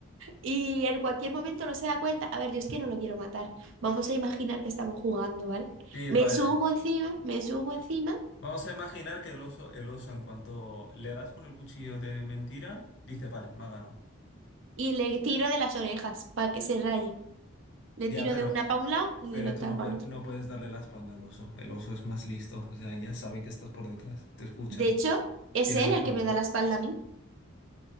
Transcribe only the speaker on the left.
Sí,
vale.
Vamos a imaginar que el oso, el oso, en cuanto le das con el cuchillo de mentira, dice, vale, me ha ganado.
Ya,
pero,
pero
tú no
puedes,
no puedes darle la espalda al oso. El oso es más listo. O sea, ya sabe que estás por detrás. Te escucha.
Tiene
mejor.
¿no?